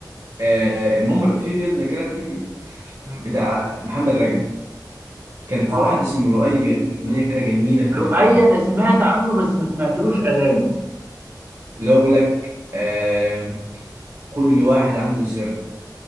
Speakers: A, on the right; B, on the right.
A: آه المهم في فيلم كاراتي
B: مم.
A: بتاع محمد رجب كان في
B: اه
A: واحد اسمه لؤي بيغني اغنيه كده جميله في
B: لؤي
A: الفيلم ده
B: انا سمعت عنه بس ما سمعتلوش اغاني
A: اللي هو بيقول لك آه كل واحد عنده سر